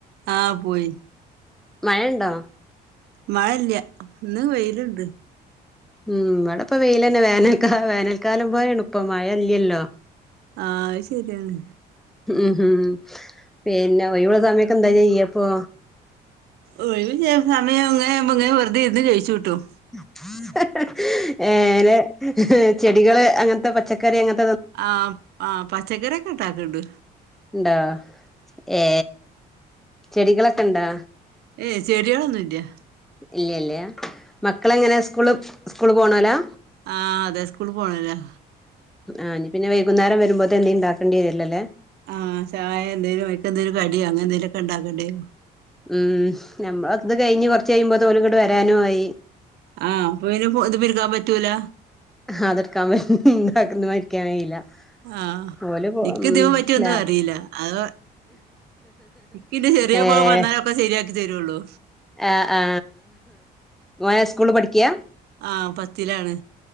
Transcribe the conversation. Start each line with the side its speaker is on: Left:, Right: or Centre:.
Right: ആഹ് പോയി
Centre: മഴ ഇണ്ടോ?
Right: മഴല്ല. ഇന്ന് വെയില്ണ്ട്.
Centre: ഉം ഇവിടെ ഇപ്പ വെയിലെന്നെ. വേനൽക്കാ.. വേനൽക്കാലം പോലേണ്പ്പൊ മഴ ഇല്ലല്ലോ.
Right: ആഹ് അത് ശെരിയാണ്.
Centre: ഉം ഹും പിന്നെ ഒയിവുള്ള സമയത്തെന്താ ചെയ്യപ്പൊ?
Right: ഒഴിവില്ല്യ. സമയം ഇങ്ങനാവുംബോ ഇങ്ങനെ വെറുതെ ഇരുന്ന് കെയിച്ച് കൂട്ടും
Centre: ഹ്... ഹ് ഏ നെ ചെടികള് അങ്ങൻത്തെ പച്ചക്കറി അങ്ങൻ
Right: ആം ആം.. പച്ചക്കറിയൊക്കെ ണ്ടാക്ണ്ട്.
Centre: ഉണ്ടോ ഏ... ചെടികളൊക്കെണ്ടാ?
Right: ഏയ് ചെടികളൊന്നുല്ല്യ.
Centre: ഇല്ല്യല്ല്യ. മക്കളെങ്ങനെ സ്കൂൾ സ്കൂളിൽപോണോലാ?
Right: ആഹ അതെ സ്കൂൾ പോണോലാ
Centre: ആ ഇഞ്ഞ് പിന്നെ വൈകുന്നേരം വരുമ്പോത്തിന് എന്തെലും ഇണ്ടാക്കെണ്ടിവരൊല്ലൊ ലേ
Right: ആഹ് ചായ എന്തേലും അയ്ക് എന്തേലും കടിയാ അങ്ങനെ എന്തേലൊക്കെ ഉണ്ടാക്കെണ്ടേരും.
Centre: ഉം നമ്മളെ ഔത്ത്ത്തെ കഴിഞ്ഞ് കൊർച്ച് കയുംമ്പോത്തിന് ഓല് ഇങ്ങട്ട് വരാനും ആയി
Right: ആഹ അപ്പൊ പിന്നെ ഫോ ഇതിന്മെ ഇരിക്കാൻ പറ്റൂല.
Centre: <unintelligible>
Right: ആ
Centre: ഓല് പോ
Right: ഇക്ക്
Centre: ഉം
Right: ഇതിമെപറ്റി ഒന്നു
Centre: ലാ
Right: അറീല അത ഇക്ക് ചെറിയ
Centre: ഏ
Right: മോ വന്നാലൊക്കെ സെരിയാക്കി തെരുഒള്ളൂ
Centre: ആ ആ മോന് സ്കൂള് പഠിക്യ
Right: ആ പത്തിലാണ്